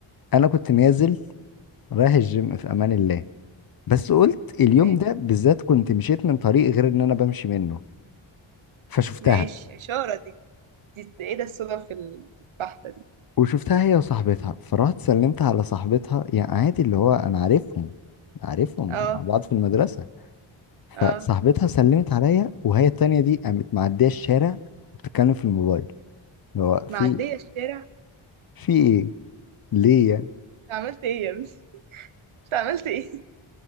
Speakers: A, on the left; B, on the right.
A: انا كنت نازل رايح الجيم في امان الله بس قلت اليوم
B: ما-
A: ده بالذات كنت مشيت من طريق غير ان انا بمشي منه فشفتها
B: ماشي اشاره دي دي دي ايه ده الصدف البحته دي
A: وشفتها هي وصاحبتها فرحت سلمت على صاحبتها يعني عادي اللي هو انا عارفهم عارفهم
B: اه
A: مع بعض في المدرسة
B: اه
A: فصاحبتها سلمت عليا وهي التانية دي قامت معدية الشارع وبتتكلم في الموبايل اللي هو في
B: معديه الشارع
A: في ايه ليه
B: عملت ايه يا ابني انت عملت ايه